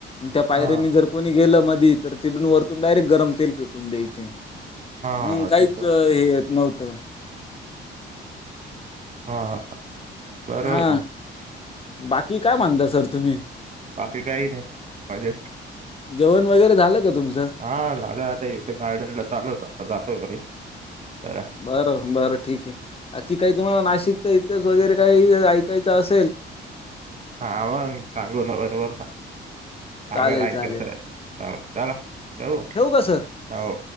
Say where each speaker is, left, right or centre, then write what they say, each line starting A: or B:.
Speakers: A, on the left; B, on the right.
A: त्या पायरीनी
B: हा
A: जर कोणी गेलं मधी तर तिकडून वरतून डायरेक्ट गरम तेल फेकून द्यायचे.
B: हा
A: हम, काहीच
B: तिथं
A: हे येत नव्हतं
B: हा. बरोबर
A: हा
B: ना
A: बाकी काय म्हणता सर तुम्ही?
B: बाकी काही नाही माजे
A: जेवण वगैरे झालं का तुमचं
B: हा झालं आता इथे गार्डन ला चालू होत आता जातो घरी बरा
A: बरं बरं ठीक आहेखी काही तुम्हाला नाशिकचा इतिहास वगैरे काही ऐकायचा अस
B: हावा सांगू ना बरोबर सांगू
A: चालेल,
B: अग ऐकायचला
A: चालेल.
B: चला चऊ
A: ठेवू का सर?
B: हो